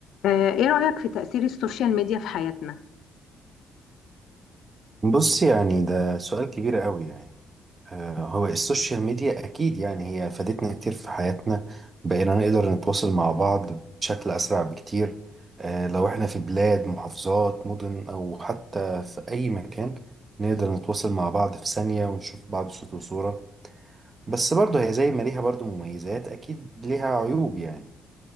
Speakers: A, on the left; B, on the right.
A: آه، ايه رأيك في تأثير السوشيال ميديا في حياتنا؟
B: بص يعني ده سؤال كبير قوي يعني آه، هو السوشيال ميديا أكيد يعني هي فادتنا كتير في حياتنا بقينا نقدر نتواصل مع بعض بشكل أسرع بكتير آه، لو إحنا في بلاد محافظات مدن أو حتى في أي مكان نقدر نتواصل مع بعض في ثانية ونشوف بعض صوت وصورة بس برضه هي زي ما ليها برضه مميزات أكيد ليها عيوب يعني